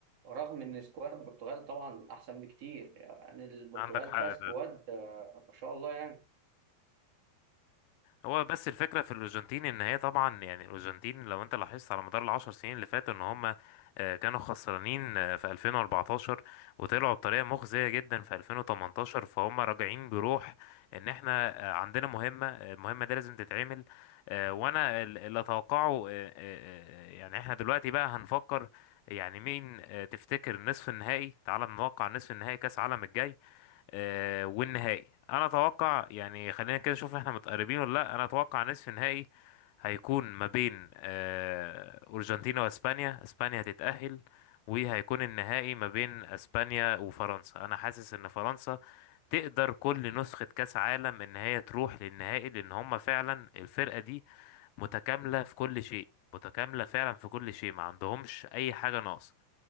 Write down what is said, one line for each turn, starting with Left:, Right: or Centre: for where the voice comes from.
Right: رغم ان سكواد البرتغال طبعا احسن بكتير يعني البرتغال
Left: عندك حق
Right: فيها
Left: فعلا
Right: سكواد آه، ما شاء الله يعني
Left: هو بس الفكرة في الأرجنتين إن هي طبعا يعني الأرجنتين لو أنت لاحظت على مدار العشر سنين اللي فاتوا إن هما آه، كانوا خسرانين آه، في 2014 وطلعوا بطريقة مخزية جدا في 2018 فهم راجعين بروح إن إحنا آه، عندنا مهمة آه، المهمة دي لازم تتعمل آه، وأنا ال- اللي أتوقعه آه، آه، آه، يعني إحنا دلوقتي بقى هنفكر يعني مين آه، تفتكر نصف النهائي تعال نتوقع نصف النهائي كأس العالم الجاي آه، والنهائي انا اتوقع يعني خلينا كده نشوف احنا متقربين ولا لا انا اتوقع نصف النهائي هيكون ما بين آه، ارجنتينا واسبانيا اسبانيا هتتأهل وهيكون النهائي ما بين اسبانيا وفرنسا انا حاسس ان فرنسا تقدر كل نسخة كأس عالم ان هي تروح للنهائي لان هم فعلا الفرقة دي متكاملة في كل شيء متكاملة فعلا في كل شيء ما عندهمش اي حاجة ناقصة